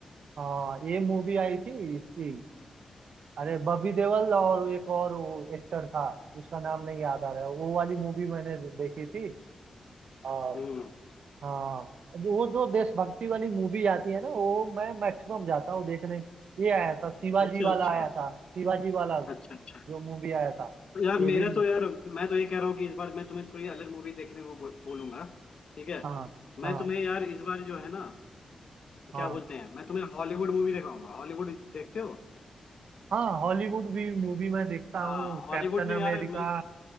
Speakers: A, on the right (about 70°); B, on the left (about 45°).
A: हाँ ये मूवी आई थी इसकी अरे बॉबी देओल और एक और वो एक्टर था उसका नाम नहीं याद आ रहा है वो वाली मूवी मैंने देखी थी और
B: हम्म
A: हाँ अब वो जो देशभक्ति वाली मूवी आती है ना वो मैं मैक्सिमम जाता हूँ देखने ये आया था शिवाजी
B: अच्छा
A: वाला
B: अच्छा
A: आया था शिवाजी वाला
B: अच्छा अच्छा
A: जो मूवी आया था
B: यार
A: ये
B: मेरा
A: भी म-
B: तो यार मैं तो ये कह रहा हूँ कि इस बार मैं तुम्हें थोड़ी अलग मूवी देखने को बो, बोलूंगा ठीक है
A: हाँ
B: मैं
A: हाँ
B: तुम्हें यार इस बार जो है ना
A: हाँ
B: क्या बोलते हैं मैं तुम्हें हॉलीवुड मूवी दिखाऊंगा हॉलीवुड देखते हो
A: हाँ हॉलीवुड भी मूवी मैं देखता हूँ
B: हाँ हॉलीवुड
A: कैप्टन
B: में
A: अमेरिका
B: यार मैं